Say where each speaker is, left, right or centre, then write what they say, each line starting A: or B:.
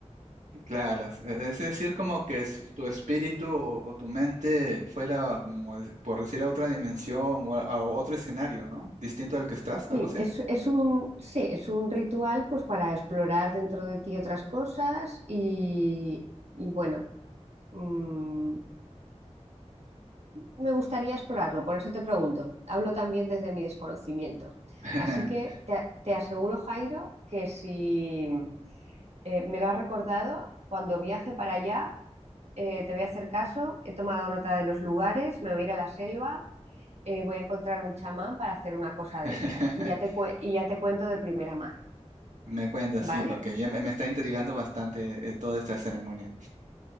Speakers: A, on the right; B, on the right.
A: Claro, es e, es decir, como que si tu espíritu o, o tu mente fuera, como de- por decir, a otra dimensión o a, a otro escenario, ¿no? Distinto al que estás,
B: Sí,
A: algo así.
B: es, es un, sí, es un ritual pues para explorar dentro de ti otras cosas y, y bueno, mm, me gustaría explorarlo, por eso te pregunto. Hablo también desde mi desconocimiento.
A: <laughs>
B: Así que te, te aseguro, Jairo, que si, eh, me lo has recordado, cuando viaje para allá eh, te voy a hacer caso, he tomado nota de los lugares, me voy a ir a la selva, eh, voy a encontrar un chamán para hacer una cosa
A: <laughs>
B: de estas y ya te, cue- y ya te cuento de primera mano,
A: Me cuenta,
B: ¿vale?
A: sí, porque ya me, me está intrigando bastante eh, toda esta ceremonia.